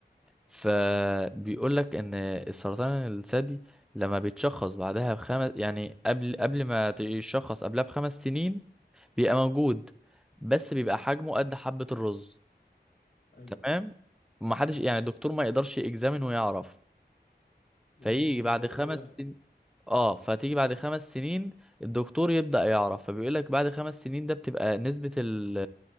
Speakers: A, in the centre; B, on the left.
A: فبيقول لك ان السرطان الثدي لما بيتشخص بعدها بخمس يعني قبل قبل ما يتشخص قبلها بخمس سنين بيبقى موجود بس بيبقى حجمه قد حبة الرز
B: ايوه
A: تمام ما حدش يعني الدكتور ما يقدرش يجزامن ويعرف
B: امم
A: فيجي
B: ده
A: بعد
B: كان
A: خمس
B: ايوه يعرف
A: تمام سنين اه فتيجي بعد خمس سنين الدكتور يبدأ يعرف فبيقول لك بعد خمس سنين ده بتبقى نسبة ال...